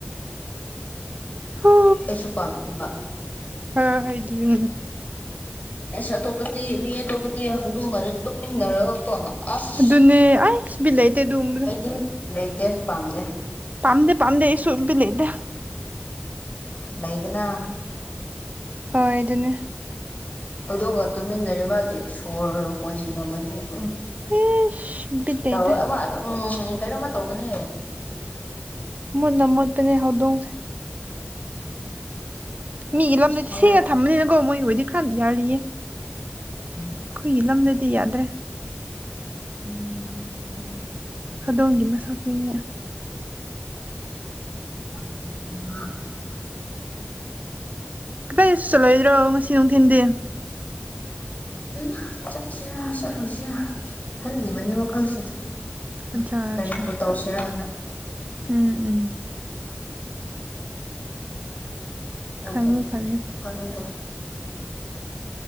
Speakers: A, on the right (about 40°); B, on the left (about 40°).
A: ꯍ
B: ꯑꯩꯁꯨ ꯄꯥꯝꯃꯨꯕ
A: ꯍ ꯍꯥꯏꯗꯤ
B: ꯑꯁ ꯑꯇꯣꯞꯄꯗꯤ ꯃꯤ ꯑꯇꯣꯞꯄꯗꯤ ꯍꯧꯗꯣꯡꯉꯒ ꯇꯨꯛꯃꯤꯟꯅꯔꯒꯀꯣ ꯑꯁ
A: ꯑꯗꯨꯅꯦ ꯑꯩꯁ ꯕꯤꯠ ꯂꯩꯇꯦ ꯑꯗꯨꯒꯨꯝꯕꯗꯣ
B: ꯑꯩꯗꯤ ꯂꯩꯇꯦ ꯄꯥꯝꯗꯦ
A: ꯄꯝꯗꯦ ꯄꯝꯗꯦ ꯑꯩꯁꯨꯕꯤꯠ ꯂꯩꯇꯦ
B: ꯂꯩꯩꯗꯅꯥꯗꯤ
A: ꯍꯣꯏ ꯑꯗꯨꯅꯦ
B: ꯍꯧꯗꯣꯡꯝꯒ ꯇꯨꯃꯤꯟꯅꯔꯦ ꯃꯥꯒꯤ ꯁꯣꯔ ꯍꯣꯟꯁꯤꯟꯂꯝꯃꯗꯤ ꯎꯝ
A: ꯏꯁ ꯕꯤꯠ
B: ꯇ
A: ꯂꯩꯇꯦ
B: ꯑꯃ ꯎꯝ ꯀꯩꯅꯣꯃ ꯇꯧꯕꯅꯦ
A: ꯏꯃꯣꯠꯇ ꯃꯣꯠꯄꯅꯦ ꯍꯧꯗꯣꯡꯁꯦ ꯃꯤꯒꯤ ꯂꯝꯗꯗꯤ
B: ꯃꯉꯥꯏꯔꯦ
A: ꯁꯦꯡꯅ ꯊꯝꯃꯅꯤꯅꯀꯣ ꯃꯣꯏ ꯑꯣꯏꯗꯤ ꯈꯔꯗꯤ ꯌꯥꯔꯤꯌꯦ
B: ꯎꯝ
A: ꯑꯩꯈꯣꯏꯒꯤ ꯂꯝꯗꯗꯤ ꯌꯥꯗ꯭ꯔꯦ
B: ꯎꯝ ꯎ
A: ꯍꯧꯗꯣꯡꯒꯤ ꯃꯁꯛ ꯀꯨꯏꯅꯦ
B: <unintelligible>
A: ꯀꯗꯥꯏꯁꯨ ꯆꯠꯂꯣꯏꯗ꯭ꯔꯣ ꯉꯁꯤ ꯅꯨꯡ ꯊꯤꯟꯗꯤ
B: ꯈꯪꯗꯦꯗ ꯆꯠꯁꯤꯔ ꯆꯠꯂꯣꯏꯁꯤꯔ ꯈꯪꯂꯤꯕꯅꯦ ꯋꯥꯈꯜꯁꯦ
A: ꯑꯠꯆꯥ
B: ꯀꯔꯤꯕꯨ
A: ꯑꯠꯆꯥ
B: ꯇꯧꯁꯤꯔꯥꯅ
A: ꯎꯝ ꯎꯝ ꯈꯜꯂꯨ
B: ꯑꯗꯨꯕ
A: ꯈꯜꯂꯨ
B: ꯈꯪꯗꯦ